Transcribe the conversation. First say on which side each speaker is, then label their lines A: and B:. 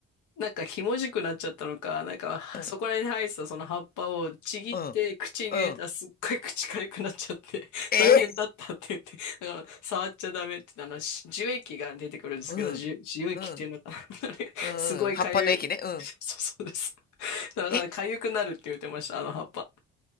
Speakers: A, on the left (about 75°); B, on the left (about 30°).
A: なんかひもじくなっちゃったのか、なんか、はそこら辺に生えてたその葉っぱをちぎって口に入れたらすっごい口痒くなっちゃって、
B: うん、うん、うん。
A: <laughs>
B: え
A: 大変だったって言って、だから触っちゃダメって、あの、し樹液が出てくるんですけど、
B: うん、
A: 樹、樹液っていうのかな
B: うん、
A: <laughs> あれすごい痒い。
B: うん、うん葉っぱの液ね。うん。
A: そうそうです。だから痒くなるって言ってました、
B: え、
A: あの葉っぱ。